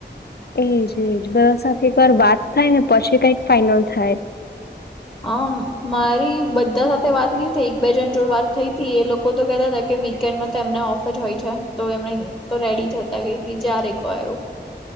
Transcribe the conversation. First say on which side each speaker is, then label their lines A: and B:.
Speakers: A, on the left (about 60°); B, on the left (about 25°).
A: એજ એજ બધા સાથે એક વાર વાત થાય ને પછી કઈક ફાઈનલ થાય.
B: હમ મારી બધા સાથે વાત નઈ થઈ એક બે જણ જોડ વાત થઈ હતી એ લોકો તો કેતા- - કે વીકેન્ડમાં તો એમને ઓફર જહોય છે તો એમણે તો રેડી જતા કે જ્યારે ક આવું.